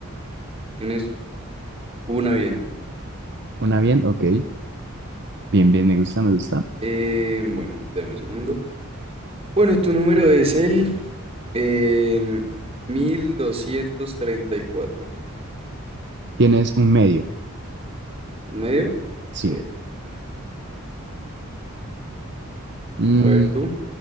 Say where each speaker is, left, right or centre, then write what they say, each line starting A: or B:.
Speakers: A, on the right; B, on the right.
A: Tienes una bien.
B: ¿Una bien? Ok. Bien, bien, me gusta, me gusta.
A: Eh, bueno, dame un segundo. Bueno, tu número es el em, mil doscientos treinta y cuatro
B: Tienes un medio.
A: ¿Un medio? Ok.
B: Sí. Mm,
A: A ver, tú